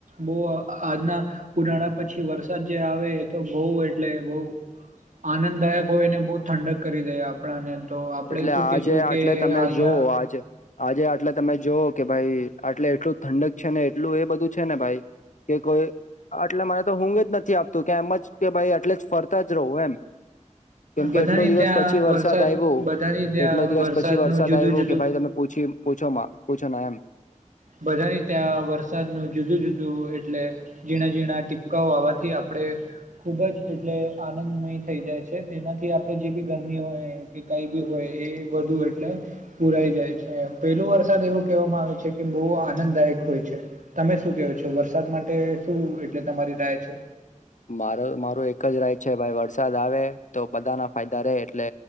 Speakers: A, on the right; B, on the left.
A: બહુ આજના ઉનાળા પછી વરસાદ જે આવે એ તો બહુ એટલે બહુ આનંદદાયક હોયને બહુ ઠંડક કરી દે આપણાને તો આપણે
B: એટલે
A: શું
B: આજે
A: કહેશું
B: આટલે
A: કે
B: તમે
A: અહીંયા
B: જોવો આજ આજે આટલા તમે જો કે ભાઈ આટલે એટલું ઠંડક છે ને એટલું એ બધું છે ને ભાઈ કે કોઈ આટલા મરે તો ઉઘ જ નથી કે આપતું કે એમ જ કે ભાઈ એટલે ફરતા જ રહો એમ કેમ કે
A: બધાની
B: એટલો દિવસ
A: ત્યાં
B: પછી વરસાદ આવ્યો
A: બધાની ત્યાં
B: એટલો દિવસ
A: વરસાદનું
B: પછી વરસાદ
A: જુદું
B: આવ્યો
A: જુદું
B: કે ભાઈ તમે પૂછી પૂછો માં પૂછો ના એમ
A: બધાની ત્યાં વરસાદનું જુદું જુદું હું એટલે ઝીણા ઝીણા ટીપકાઓ આવવાથી આપણે ખૂબ જ એટલે આનંદમય થઈ જાય છે તેનાથી આપણે જે બી ગરમી હોય કે કઈ બી હોય એ વધુ એટલે પુરાઈ જાય છે પેલોું વરસાદ એવું કહેવામાં આવે છે કે બહુ આનંદદાયક હોય છે તમે શું કેહો છો વરસાદ માટે શું એટલે તમારી રાય છે
B: મારો મારું એક જ રાય છે ભાઈ વરસાદ આવે તો બધાના ફાયદા રહેે એટલે